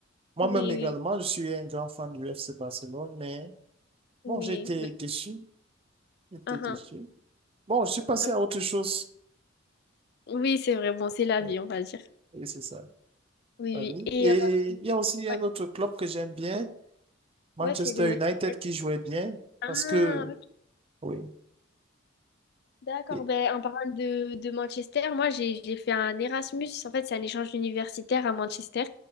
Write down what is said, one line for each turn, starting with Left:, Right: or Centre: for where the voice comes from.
Right: Moi-même
Left: oui,
Right: également,
Left: oui,
Right: je suis un grand fan du FC Barcelone, mais
Left: oui.
Right: bon, j'ai été
Left: Oui,
Right: déçu, j'ai été
Left: Uhum.
Right: déçu. Bon, je suis passé
Left: Euh,
Right: à autre chose.
Left: oui c'est vrai. Bon, c'est la vie,
Right: Euh,
Left: on va dire.
Right: Et c'est ça,
Left: Oui,
Right: la vie.
Left: oui. Et
Right: Et
Left: euh,
Right: il y a aussi un
Left: ouais,
Right: autre club que j'aime bien, Manchester
Left: Ouais, c'est le...
Right: United,
Left: c'est le-
Right: qui jouait bien
Left: Ah,
Right: parce que... Oui.
Left: D'accord,
Right: Et-
Left: ben, en parlant de, de Manchester, moi j'ai j'ai fait un Erasmus, en fait c'est un échange universitaire à Manchester